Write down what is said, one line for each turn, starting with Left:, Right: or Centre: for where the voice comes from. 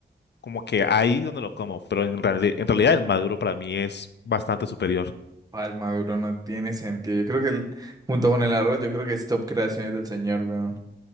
Left: como que ahí donde lo como, pero en, reali- en realidad el maduro para mí es bastante superior.
Right: Ah, el maduro no tiene sentido. Yo creo que el- junto con el arroz, yo creo que es top creaciones del señor, weón.